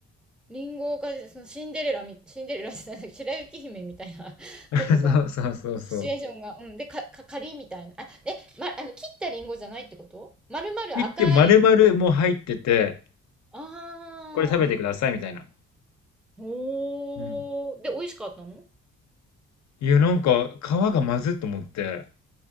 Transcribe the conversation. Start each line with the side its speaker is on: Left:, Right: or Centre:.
Centre: リンゴが、そのシンデレラみ、シンデレラじゃない、白雪姫みたいなことが、
Left: <laughs> そうそうそうそう。
Centre: シチュエーションが、うん。で、か、か、仮みたいな。あ、え、ま、あの、切ったリンゴじゃないってこと丸々赤い。
Left: 切って丸々もう入ってて、
Centre: あ
Left: これ食べてくださいみたいな。
Centre: ー。おー。
Left: うん。
Centre: で、美味しかったの
Left: いや、なんか、皮がまずっと思って。